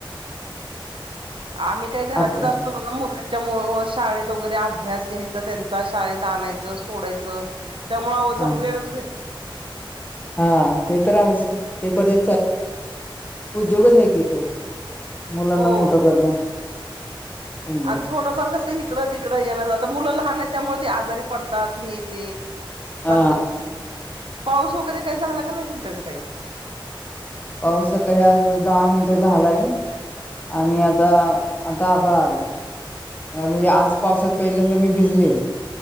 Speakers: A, on the right; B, on the left.
A: आम्ही काही घरातच
B: आपलं
A: असतो बघ मुलांच्या मु शाळेत वगैरे अभ्यास घ्यायचं त्यांचा शाळेत आणायचं सोडायचं त्यामुळेज
B: हा
A: वेळच भेटत
B: हा ते तर आहेच की ते पण उद्योगच आहे कि तो मुलांना
A: हो
B: मोठं करणं समजा
A: आणि थोडंफार कसं इिकडं तिकडं यें आ मुलं लहान आहेत त्यामुळे ते आजारी पडतात हे ते सारखंच
B: हा
A: पाऊस वगैरे काही झाला का नाही तुमच्याकडे तई
B: पाऊस सकाळी आज दहा मिनिटे झालाय आणि आता आता आबळ आले मग म्हणजे आज पावसात पहिल्यांदा मी भिजले